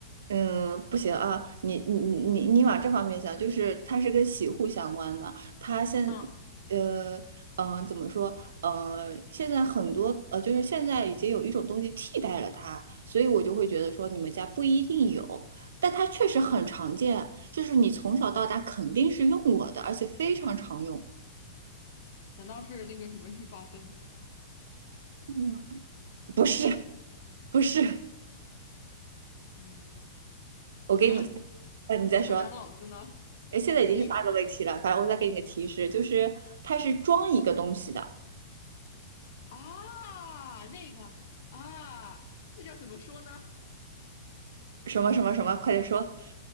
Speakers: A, on the right; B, on the left.
A: 嗯，不行啊，你你你你你往这方面想，就是它是跟洗护相关的，它现
B: 啊？
A: 呃嗯、呃怎么说呃现在很多呃就是现在已经有一种东西替代了它，所以我就会觉得说你们家不一定有，但它确实很常见，就是你从小到大肯定是用过的，而且非常常用。
B: 难道是那个什么浴霸灯？
A: 嗯，<laughs> 不是不是，
B: 嗯
A: 我给你，
B: 啊，
A: 呃，你再说，
B: 要长老子呢？
A: 哎，现在已经是八个问题了，
B: 你说
A: 反正我再给你个提示，就是它是装一个东西的。
B: 啊，那个啊，那叫怎么说呢？
A: 什么什么什么，快点说。